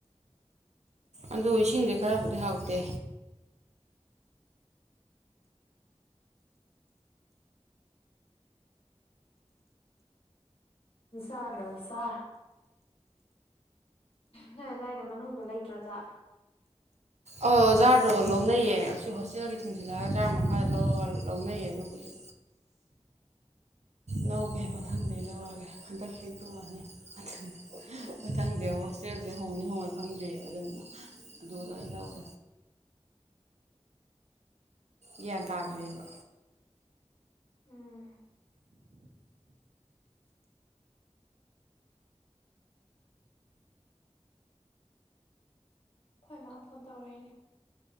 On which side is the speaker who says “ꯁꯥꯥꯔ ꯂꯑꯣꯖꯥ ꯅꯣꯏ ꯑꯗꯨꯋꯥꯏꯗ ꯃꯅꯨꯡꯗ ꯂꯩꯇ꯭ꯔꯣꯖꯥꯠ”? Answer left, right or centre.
Left